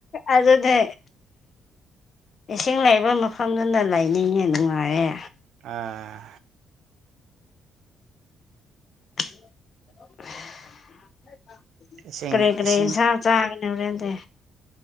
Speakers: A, on the left (about 50°); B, on the right (about 75°).
A: ꯑꯗꯨꯅꯦ ꯏꯁꯤꯡ ꯂꯩꯕ ꯃꯐꯝꯗꯨꯅ ꯂꯩꯅꯤꯡꯉꯦ ꯅꯨꯡꯉꯥꯏꯌꯦ
B: ꯑꯥ
A: <unintelligible>
B: ꯏꯁꯤꯡ
A: ꯀꯔꯤ ꯀꯔꯤ
B: ꯏꯁꯤꯡ
A: ꯍꯤꯟꯁꯥꯡ ꯆꯥ ꯍꯣꯔꯦꯟꯗꯤ